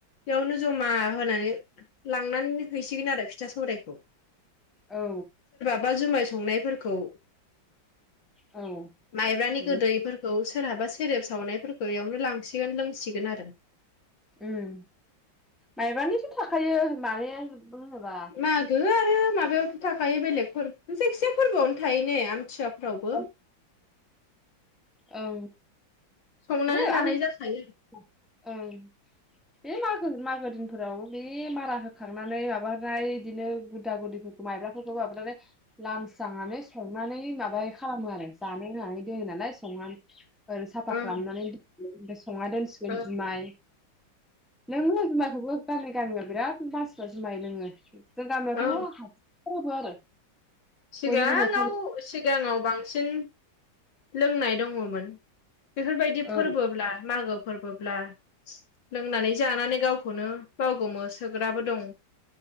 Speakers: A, on the left (about 70°); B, in the centre.
A: बेयावनो जमा होनानै लांनानै हैसिगोन आरो फिथा सौरायखौ।
B: औ।
A: बा जुमाय संनायफोरखौ
B: औ
A: माइब्रानि
B: बिदि
A: गोदैफोरखौ सोरहाबा सेरेब सावनायफोरखौ इयावनो लांसिगोन लोंसिगोन आरो।
B: उम माइब्रानिथ' थाखायो माने होनोबा
A: मागो आरो माबायावथ' थाखायो बेलेगफोर जायखिया फोरबोआवनो थायोन ने आमथिया फोरावबो
B: ओमफ्राय ओं
A: संनानै
B: <unintelligible>
A: जानाय जाखायो
B: ओं। बे मागो मागो दिनफोराव बे मारा होखांनानै माबानाय बिदिनो गुदा गुदिफोरखौ माइब्राफोरखौ माबानानै लामस्रांनानै संनानै माबाय खालामो आरो जानो होननानै दै होनानै संनानै ओरै साफा
A: आरो
B: खालामनानै <unintelligible> संना दोनसिगोन
A: औ
B: जुमाय लोङो जुमायखौबो गामि गामियाव बिराद मानसिफ्रा जुमाय लोङो। जों गामियावथ'
A: औ
B: <unintelligible>
A: सिगाङाव
B: बयनिबो न'खर
A: सिगाङाव बांसिन लोंनाय दङमोन। बेफोरबायदि फोरबोब्ला
B: औ
A: मागो फोरबोब्ला लोंनानै जानानै गावखौनो बावगोमो सोग्राबो दं।